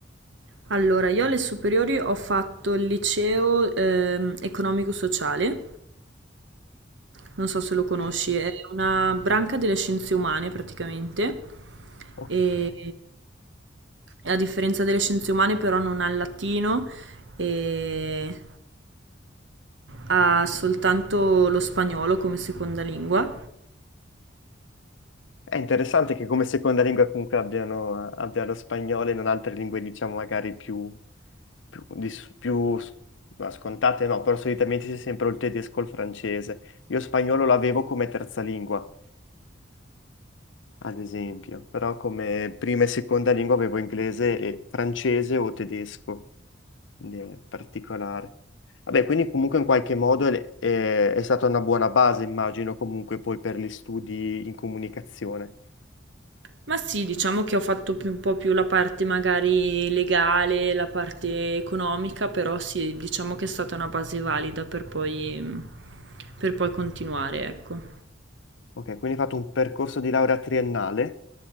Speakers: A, on the right (about 70°); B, on the left (about 80°).
A: Allora, io alle superiori ho fatto il liceo ehm, economico-sociale, non so se lo conosci,
B: Ok.
A: è una branca delle scienze umane praticamente,
B: ok.
A: e a differenza delle scienze umane però non ha il latino e ha soltanto lo spagnolo come seconda lingua.
B: È interessante che come seconda lingua comunque abbiano, abbia lo spagnolo e non altre lingue, diciamo, magari più più, di- più s- no, scontate no, però solitamente c'è sempre o il tedesco o il francese. Io spagnolo l'avevo come terza lingua, ad esempio, però come prima e seconda lingua avevo inglese e francese o tedesco, quindi è particolare. Vabbè, quindi comunque in qualche modo è, è- è stata una buona base, immagino, comunque poi per gli studi in comunicazione.
A: Ma sì, diciamo che ho fatto più- un po' più la parte magari legale, la parte economica, però sì, diciamo che è stata una base valida per poi, per poi continuare, ecco.
B: Ok, quindi hai fatto un percorso di laurea triennale?